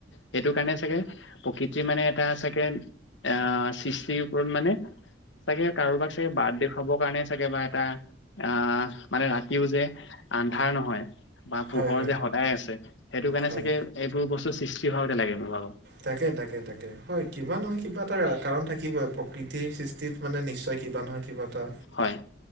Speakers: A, on the left; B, on the right.
A: সেইটো কাৰণে চাগে প্ৰকৃতিৰ মানে এটা চাগে আহ সৃষ্টিৰ ওপৰত মানে চাগে কাৰোবাক চাগে বাট দেখুৱাবৰ কাৰণে চাগে বা এটা আহ। মানে ৰাতিও যে আন্ধাৰ নহয়। বা
B: হয়
A: পোহৰ
B: হয়
A: যে সদায় আছে, সেইটো কাৰণে
B: হয়
A: চাগে এইবোৰৰ বস্তু সৃষ্টি হোৱাৰ তেনেকে মোৰ ভাবোঁ।
B: তাকে, তাকে, তাকে, হয়, কিবা নহয়, কিবা এটা কাৰণ থাকিবই প্ৰকৃতি সৃষ্টি। তিত মানে নিশ্চয় কিবা নহয় কিবা এটা
A: হয়।